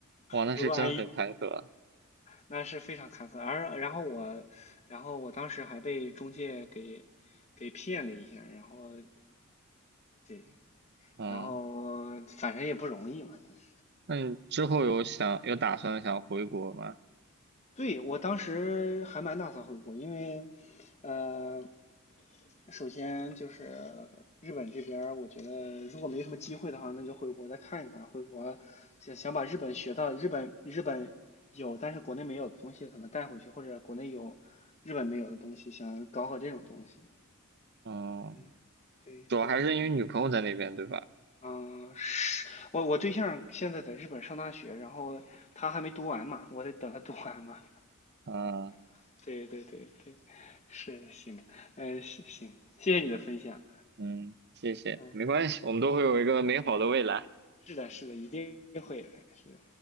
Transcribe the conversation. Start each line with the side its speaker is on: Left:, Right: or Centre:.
Right: 哇，那是真很坎坷，
Left: 如果按那是非常坎坷。而然后我，然后我当时还被中介给给骗了一下，然后对，
Right: 嗯，
Left: 然后反正也不容易嘛，就是
Right: 那你之后有想有打算想回国吗？
Left: 对我当时还蛮打算回国，因为呃，首先就是日本这边儿我觉得如果没什么机会的话，那就回国再看一看。回国想想把日本学到日本日本有但是国内没有的东西，可能带回去，或者国内有日本没有的东西，想搞搞这种东西。
Right: 嗯，
Left: 嗯，对对，
Right: 主要还是因为女朋友在那边，对吧？
Left: 嗯、是我我对象现在在日本上大学，然后他还没读完嘛，我得等他读完嘛。
Right: 嗯
Left: <laughs> 对对对对，是行，嗯呃是行，谢谢你的分享。
Right: 嗯，谢谢，
Left: 嗯，
Right: 没关系，我们都会有一个美好的未来。
Left: 是的，是的，一定会的，是的。